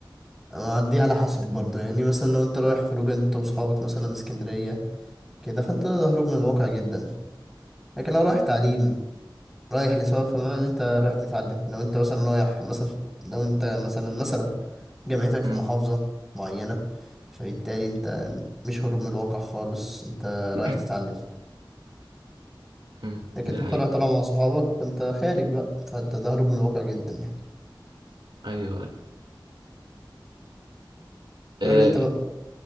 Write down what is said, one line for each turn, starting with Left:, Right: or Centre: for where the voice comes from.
Centre: أما دي على حسب برضه يعني مثلا لو انت رايح خروجه انت واصحابك مثلا اسكندرية كده فانت هروب من الواقع جدا لكن لو رايح تعليم رايح لسبب فمعنى ان انت رايح تتعلم لو انت مثلا رايح مثلا لو انت مثلا مثلا جامعتك في
Right: امم
Centre: محافظة معينة فبالتالي انت مش هروب من الواقع خالص انت
Right: <clears throat>
Centre: رايح تتعلم
Right: امم <coughs>
Centre: لكن
Right: ده حقيقة
Centre: انت طالع طالع مع صحابك فانت خارج بقى فانت ده هروب من الواقع جدا يعني
Right: ايوه ايوه
Centre: تقول
Right: آه،
Centre: لي انت بقى